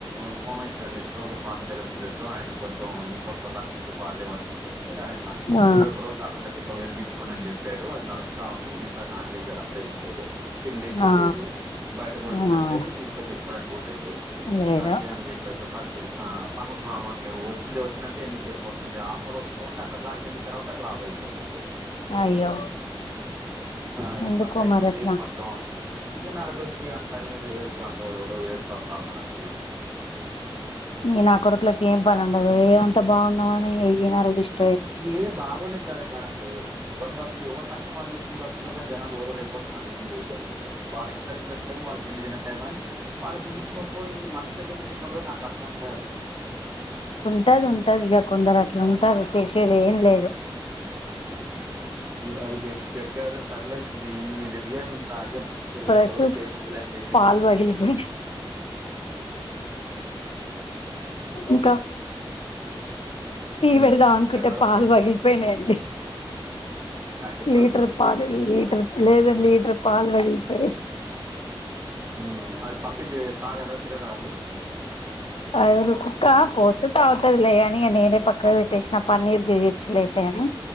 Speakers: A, on the right (about 25°); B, on the left (about 90°).
A: ఉమాహేశ్వరింళ్ళొచ్చ ఒక స్వామి దగ్గకి వెళ్ళొచ్చు ఆయన కొంచం ఇంట్లో ప బాలేవు అన్ని చెప్తే ఆయన
B: ఆ
A: ఇరవై ఒక్క రోజు కాకుండా దీపం వెలిగించుకోండి అని చెప్పాడు అది నడుస్తు తా ఉంది మిగతా నాన్ వెజ్ అదంతా ఏం లేదు తిండింకి కూడా
B: ఆ
A: లేదు బయట కూడా
B: ఆ
A: తినడానికి లేదు ఇంట్లో తెచ్చుకోడానికి కూడా లేదు
B: లేదు
A: సర్లే అని చెప్పేసే పరిస్థితి పనులు రావట్లేవు వచ్చింది వచ్చినట్టే ఎన్నిక వెళ్ళిపోతుంది ఆఫర్ వస్తస్తు ఉంది అక్కడ దాక వెళ్ళ తర్వాత డ్రాప్ అయిపోతుంది
B: అయ్యో
A: ఆ
B: ఎందుకో
A: ఇబ్బంది అయితుంది
B: మరి అట్లా
A: కొంచెం ఇం నర దృష్టి అంట ఏదో వేడుపులు అంటే ఎ ఎవడెవడో ఏడ్చి చస్తా ఉన్నారంటడి
B: మీ నా కొడుకులకి ఏం పని ఉండదు ఏమంతా బాగున్నామని ఏ నరదిష్టి
A: ఏ బాగుని గదు కాదండి ఇప్పుడు ఎవని బతుకు ఎవని కష్టం వాడి చేసుకుని బతుకు జనాలు ఓవలేకపోతే మనం ఏం చేయలేమండి ఇంట్లో వినట్లేవు వాళ్ళకి తిండి తినట్లేదు కాని వాళ్ళకి ఎందుకున్న పో ఈ మనుషులకి ఎందుకు ఇట్లు ఉంటాదో నాకు అర్థం కాదు
B: ఉంటాది ఉంటది ఇక కొందరు అట్లు ఉంటారు చేసేది ఏం లేదు
A: అవి జస్ట్ చెప్పారు సరేలే ఇన్ని తిరిగాము ఇంత ఆ ఇరవై
B: ప్లస్
A: ఒక్కరోజులు కీ ఏం ఉందిలే అన్ని చెప్పేసి
B: పాలు పగిలిపోయినాయి ఇంకా టీ
A: ఉమ్
B: పెడదాం అనుకుంటే
A: జెండాలకు
B: పాలు
A: ప-
B: పగిలిపోయినాయండి
A: ప్యాకెట్
B: లీటర్
A: పాలు తెప్పించండి
B: పాల
A: ఏం చేస్తారు
B: లీటర్ లేదా లీటర్ పాలు పగిలిపోయాయ్
A: హ అది పప్పిది తాగదా తినదా అది
B: అ కుక్క పోస్తే తగ్గుతాది కానీ నిన్నే పక్క విట్టేన పన్నీర్ చెయ్యొచ్చులే అన్ని